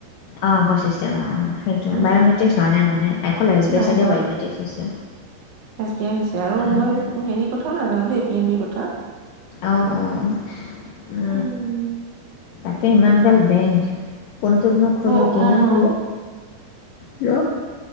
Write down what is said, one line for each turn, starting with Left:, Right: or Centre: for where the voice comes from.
Left: অ, আগৰ চিষ্টেম সেইটো,
Right: উম
Left: বায়মেট্ৰিক হোৱা নাই মানে। অকল এছ বি
Right: নাই
Left: এ চাগে
Right: হোৱা
Left: বায়'মেট্ৰিকছ হৈছে।
Right: এছ বি আই হৈছে আৰু
Left: উম,
Right: মই হেৰি কথাও নাজানো দেই পি এন বিৰ কথা।
Left: অ- অ।
Right: উম,
Left: তাকে ইমান গাল বেংক কোনটোতনো খোলো
Right: ব
Left: কিনো
Right: উম,
Left: খোলো। হেল্ল